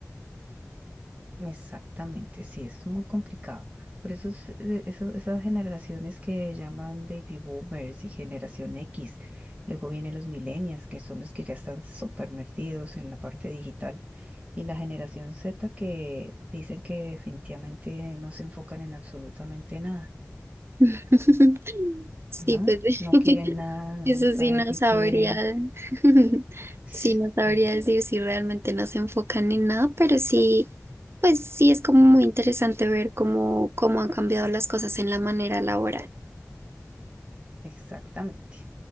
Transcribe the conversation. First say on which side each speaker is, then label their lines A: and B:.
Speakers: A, on the right; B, on the right.
A: Exactamente, sí, eso es muy complicado. Por eso, es, eh, eso- esas generaciones que llaman baby boomers y generación X, luego vienen los millennials, que son los que ya están súper metidos en la parte digital, y la generación Z que dicen que definitivamente no se enfocan en absolutamente nada,
B: <laughs> Sí,
A: ¿no?
B: pues <laughs>
A: No quieren nada, no
B: eso
A: saben
B: sí no
A: qué
B: sabría,
A: quieren.
B: <laughs>
A: Sí,
B: sí no sabría decir si realmente no se enfocan en nada, pero sí, pues sí es como muy interesante ver cómo, cómo han cambiado las cosas en la manera laboral.
A: exactamente.